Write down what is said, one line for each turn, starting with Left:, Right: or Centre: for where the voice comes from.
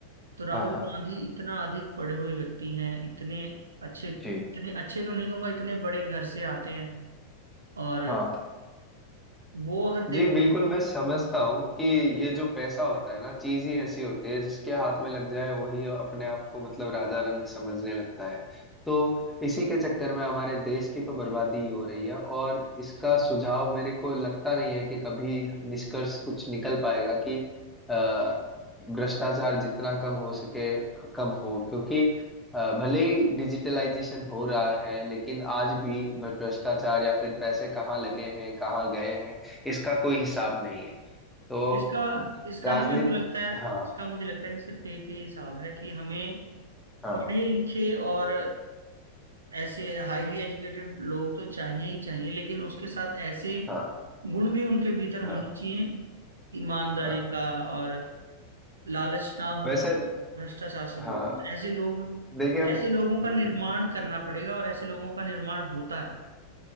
Right: तो राहुल
Centre: हाँ हाँ
Right: गांधी इतना अधिक पढ़े हुए व्यक्ति हैं इतने अच्छे इतने
Centre: जी
Right: अच्छे तो नहीं कहूंगा इतने बड़े घर से आते हैं और
Centre: हाँ
Right: वो अगर देखा
Centre: जी बिल्कुल
Right: जाए
Centre: मैं
Right: तो
Centre: समझता
Right: वो
Centre: हूँ कि ये जो पैसा होता है ना चीज ही ऐसी होती है जिसके हाथ में लग जाए वही अपने आप को मतलब राजा रंग समझने लगता है तो इसी के चक्कर में हमारे देश की तो बर्बादी ही हो रही है और इसका सुझाव मेरे को लगता नहीं है कि कभी निष्कर्ष कुछ निकल पाएगा कि अ, भ्रष्टाचार जितना कम हो सके कम हो क्योंकि अ, भले ही डिजिटलाइजेशन हो रहा है लेकिन आज भी भ्रष्टाचार या फिर पैसे कहाँ लगे हैं कहाँ गए हैं इसका कोई हिसाब नहीं है तो
Right: इसका इसका
Centre: राजनीति
Right: ना मेरे को लगता है
Centre: हाँ
Right: इसका मुझे लगता है कि सिर्फ एक ही हिसाब है कि हमें
Centre: हाँ
Right: पढ़े लिखे और ऐसे हाईली एजुकेटेड लोग तो चाहिए ही चाहिए लेकिन उसके साथ ऐसे
Centre: हाँ
Right: गुण भी उनके भीतर
Centre: हाँ
Right: होने चाहिए ईमानदारी
Centre: हाँ
Right: का और लालच ना होना
Centre: वैसे
Right: भ्रष्टाचार से
Centre: हाँ
Right: दूर होना ऐसे लोग
Centre: देखिए हम्म,
Right: ऐसे लोगों का निर्माण करना पड़ेगा और ऐसे लोगों का निर्माण होता है